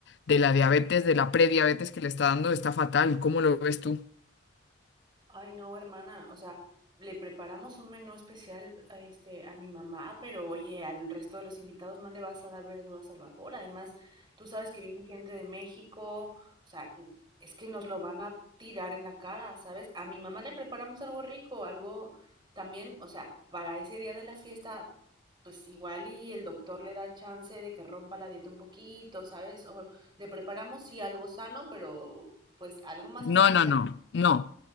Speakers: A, on the left (about 60°); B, on the right (about 25°).
A: de la diabetes, de la prediabetes que le está dando, está fatal. ¿Cómo lo ves tú?
B: Ay, no, hermana, o sea, le preparamos un menú especial a, este, a mi mamá, pero oye, al resto de los invitados no le vas a dar verduras al vapor. Además, tú sabes que viene gente de México, o sea, n- es que nos lo van a tirar en la cara, ¿sabes? A mi mamá le preparamos algo rico, algo también, o sea, para ese día de la fiesta, pues igual y el doctor le da chance de que rompa la dieta un poquito, ¿sabes? O le preparamos sí algo sano, pero pues algo más
A: No,
B: especial.
A: no, no, no.